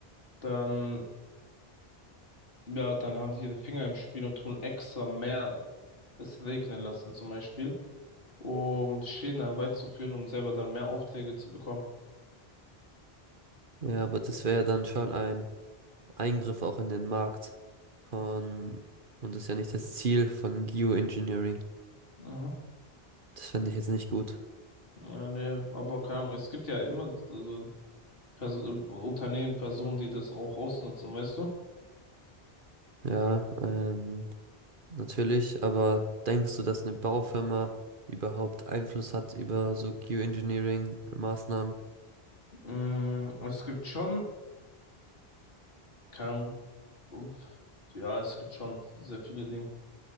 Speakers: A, on the left; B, on the right.
A: dann Ja, dann haben die ihre Finger im Spiel und tun extra mehr es regnen lassen, zum Beispiel, um Schäden herbeizuführen, um selber dann mehr Aufträge zu bekommen.
B: Ja, aber das wäre ja dann schon ein Eingriff auch in den Markt von, und das ist ja nicht das Ziel von Geoengineering.
A: Mhm.
B: Das fände ich jetzt nicht gut.
A: Ja, nee, aber keine Ahnung, es gibt ja immer so so Pers Unternehmen, Personen, die das auch ausnutzen, weißt du?
B: Ja, ähm, natürlich, aber denkst du, dass eine Baufirma überhaupt Einfluss hat über so Geoengineering-Maßnahmen?
A: Mm, es gibt schon, keine Ahnung, ups, ja, es gibt schon sehr viele Dinge,